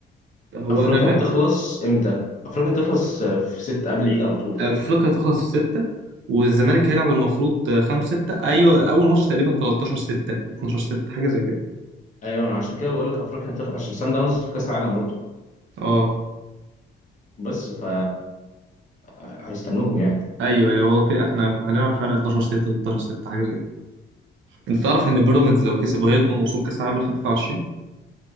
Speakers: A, on the right; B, on the left.
A: هو
B: أفريقيا
A: انا فاكر
B: هتخلص إمتى؟ أفريقيا هتخلص آه، في ستة قبل العيد على طول تقريبا
A: افريقيا تخلص في ستة والزمالك هيلعب المفروض خمسة ستة ايوه اول ماتش تقريبا 13 ستة 12 ستة حاجة زي كده
B: أيوة أنا عشان كده بقول لك أفريقيا هتخلص عشان سان داونز في كأس العالم برضه
A: اه
B: بس ف هيستنوهم يعني
A: ايوه ايوه هو كده احنا هنلعب فعلا 12 6 13 6 حاجه زي كده انت تعرف ان بيراميدز لو كسب هيضمن وصول كاس العالم 2023